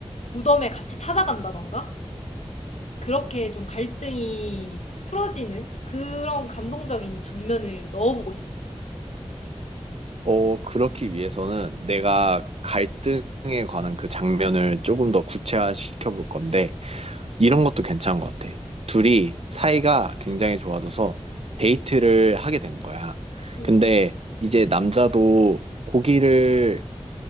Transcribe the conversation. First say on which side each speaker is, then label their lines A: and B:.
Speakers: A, on the left (about 80°); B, on the right (about 65°).
A: 무덤에 같이 찾아간다던가 그렇게 좀 갈등이 풀어지는 그런 감동적인 장면을 넣어보고 싶어.
B: 어, 그렇기 위해서는 내가 갈등에 관한 그 장면을 조금 더 구체화시켜 볼 건데, 이런 것도 괜찮은 것 같아. 둘이 사이가 굉장히 좋아져서 데이트를 하게 된 거야.
A: 음.
B: 근데 이제 남자도 고기를